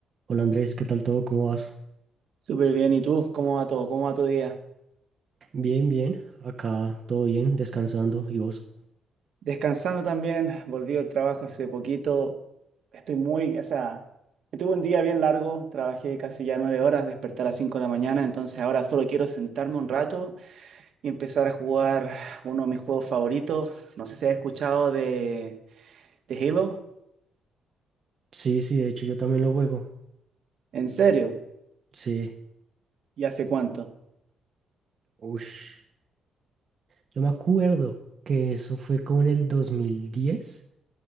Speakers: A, on the right (about 50°); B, on the right (about 65°).
A: Hola Andrés, ¿qué tal todo? ¿Cómo vas?
B: Súper bien, ¿y tú? ¿Cómo va todo? ¿Cómo va tu día?
A: Bien, bien. Acá todo bien, descansando. ¿Y vos?
B: Descansando también, volví al trabajo hace poquito. Estoy muy, o sea, me tuve un día bien largo, trabajé casi ya nueve horas, desperté a las cinco de la mañana, entonces ahora solo quiero sentarme un rato y empezar a jugar uno de mis juegos favoritos. No sé si has escuchado de, de Halo.
A: Sí, sí, de hecho yo también lo juego.
B: ¿En serio?
A: Sí.
B: ¿Y hace cuánto?
A: Ush. Yo me acuerdo que eso fue como en el 2010